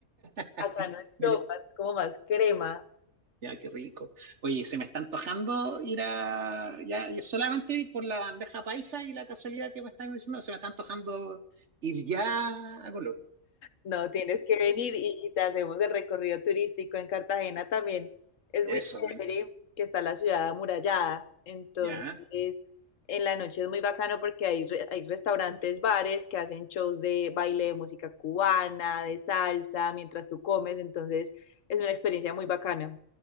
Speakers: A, on the right; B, on the left.
A: <laughs>
B: Acá no es sopa, es como más crema.
A: Ya, qué rico. Oye, se me está antojando ir a, ya, yo solamente por la bandeja paisa y la casualidad que me están diciendo, se me está antojando ir ya a Colombia.
B: No, tienes que venir y te hacemos el recorrido turístico en Cartagena también. Es
A: Eso,
B: muy
A: me-
B: chévere que está la ciudad amurallada, entonces
A: ya.
B: en la noche es muy bacano porque hay, re- hay restaurantes, bares que hacen shows de baile, de música cubana, de salsa, mientras tú comes, entonces es una experiencia muy bacana.